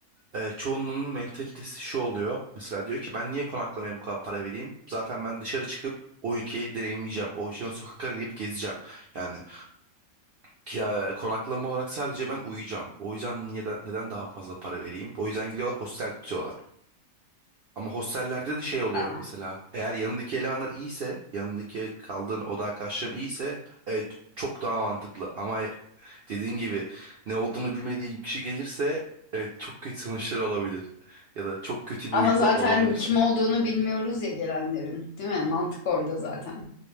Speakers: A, on the right (about 70°); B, on the left (about 65°).
A: e, çoğunluğunun mentalitesi şu oluyor. Mesela diyor ki ben niye konaklamaya bu kadar para vereyim? Zaten ben dışarı çıkıp o ülkeyi deneyimleyeceğim. O ülkenin sokaklarını inip gezeceğim. Yani Kira- konaklama olarak sadece ben uyuyacağım. O yüzden niye da- neden daha fazla para vereyim? O yüzden gidiyorlar hostel tutuyorlar. Ama hostellerde de şey oluyor
B: Ha.
A: mesela. Eğer yanındaki elemanlar iyiyse, yanındaki kaldığın oda arkadaşların iyiyse, evet çok daha mantıklı. Ama dediğin gibi ne olduğunu bilmediğin kişi gelirse evet çok kötü sonuçlar olabilir. Ya da çok kötü
B: Ama
A: bir uyku
B: zaten
A: olabilirsin.
B: kim olduğunu bilmiyoruz ya gelenlerin, değil mi? Mantık orada zaten.